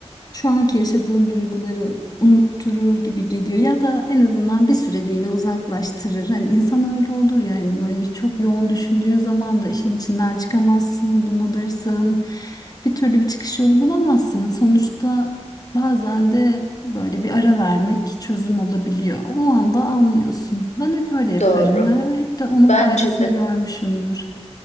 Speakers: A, on the left (about 35°); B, on the left (about 85°).
A: şu anki yaşadığın duyguları unutturur gibi geliyor ya da en azından bir süreliğine uzaklaştırır. Hani insan öyle olur yani böyle çok yoğun düşündüğün zaman da işin içinden çıkamazsın, bunalırsın. Bir türlü bir çıkış yolu bulamazsın. Sonuçta Bazen de böyle bir ara vermek çözüm olabiliyor. O anda anlıyorsun. Ben hep öyle yaparım
B: Doğru.
A: ya. Hep de onun
B: Bence
A: faydasını
B: de.
A: görmüşümdür.